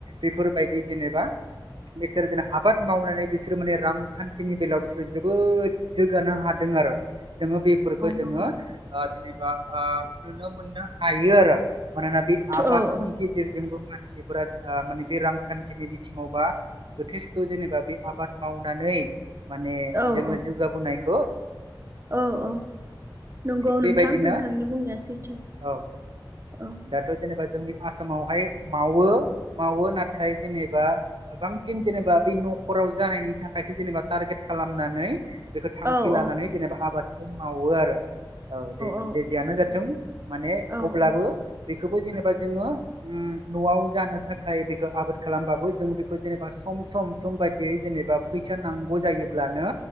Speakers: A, on the right (about 80°); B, on the right (about 35°).
A: बेफोरबायदि जेनेबा बिसोर जेन आबाद मावनानै बिसोरो माने रांखान्थिनि बेलायाव बिसोरो जोबोद जौगानो हादों आरो जोङो बेफोरखौ जोङो
B: नंगौ औ
A: ओ जेनेबा ओ नुनो मोननो हायो आरो। मानोना बे
B: औ
A: आबादनि गेजेरजोंबो मानसिफोरा ओ माने बे रां खान्थिनि बिथिङावबा जथेस्थ' जेनेबा बे आबाद मावनानै माने
B: औ
A: जोङो
B: औ
A: जौगाबोनायखो
B: औ औ नंगौ
A: थिग बेबायदिनो
B: नोंथां नोंथांनि बुंनाया सैथो
A: औ
B: औ
A: दाथ' जेनेबा जोंनि आसामावहाय मावो मावो ना थाय जेनेबा बांसिन जेनेबा बे न'खराव जानायनि थाखायसो जेनेबा टारगेट खालामनानै बेखौ थांखि
B: औ
A: लानानै जेनेबा आबादखौ मावो आरो औ दे
B: औ
A: दे
B: औ
A: जेयानो जाथों
B: नंगौ
A: माने
B: औ
A: अब्लाबो
B: औ
A: बेखौबो जेनेबा जोङो ओ न'आव जानो थाखाय बे खो आबोद खालामबाबो जों बेखौ जेनेबा सम सम सम बायदियै जेनेबा फैसा नांगौ जायोब्लानो